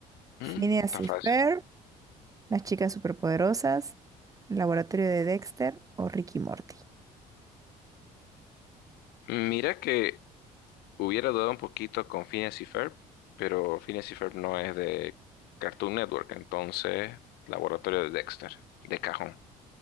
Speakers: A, on the left; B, on the right.
A: Mm,
B: ¿Phineas
A: está
B: y
A: fácil.
B: Ferb, Las chicas superpoderosas, El laboratorio de Dexter o Ricky Morty?
A: Mira que Hubiera dudado un poquito con Phineas y Ferb, pero Phineas y Ferb no es de Cartoon Network, entonces Laboratorio de Dexter, de cajón.